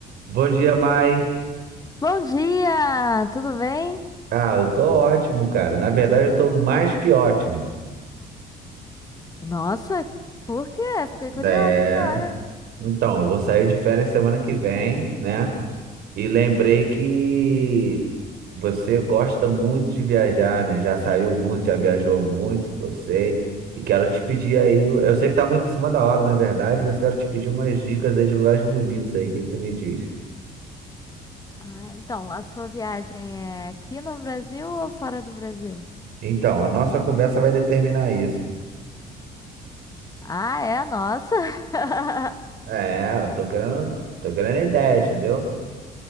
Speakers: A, on the right; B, on the left.
A: Bom dia, Mai.
B: Bom dia, tudo bem?
A: Ah, eu tô ótimo, cara. Na verdade, eu tô mais que ótimo.
B: Nossa, por quê? Fiquei curiosa
A: É.
B: agora.
A: Então, eu vou sair de férias semana que vem, né? E
B: Hum.
A: lembrei que você gosta muito de viajar, né? Já saiu muito, já viajou muito, eu sei. E quero te pedir aí. Eu sei que tá muito em cima da hora, na verdade, mas quero te pedir umas dicas aí de lugares bonitos aí. O que que tu me diz?
B: Ah, então, a sua viagem é aqui no Brasil ou fora do Brasil?
A: Então, a nossa conversa vai determinar isso.
B: Ah, é? Nossa! <laughs>
A: É, eu tô querendo, tô querendo ideias, entendeu?